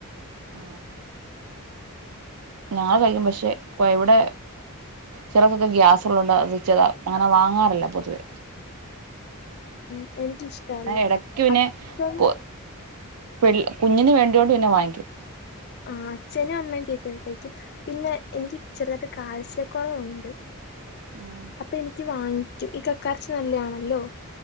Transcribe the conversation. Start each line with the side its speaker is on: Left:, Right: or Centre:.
Right: ആ ഞങ്ങള് കഴിക്കും പക്ഷെ ഇവിടെ ചിലർക്കൊക്കെ ഗ്യാസ് ഉള്ളണ്ട് അത് ചെത അങ്ങനെ വാങ്ങാറില്ല പൊതുവേ
Left: ഉം എനിക്കിഷ്ടല്ല
Right: അങ്ങനെ ഇടയ്ക്ക് പിന്നെ
Left: അച്ഛൻ
Right: കൊ പിള്ള കുഞ്ഞിന് വേണ്ടിയൊണ്ട് പിന്നെ വാങ്ങിക്കും
Left: ആഹ അച്ഛനും അമ്മയും ചേച്ചിയും കഴിക്കും പിന്നെ എനിക്ക് ചെറുതായിട്ട് കാഴ്ചക്കുറവുണ്ട്
Right: ഉം
Left: അപ്പൊ എനിക്ക് വാങ്ങിക്കും ഈ കക്കയിറച്ചി നല്ലയാണല്ലോ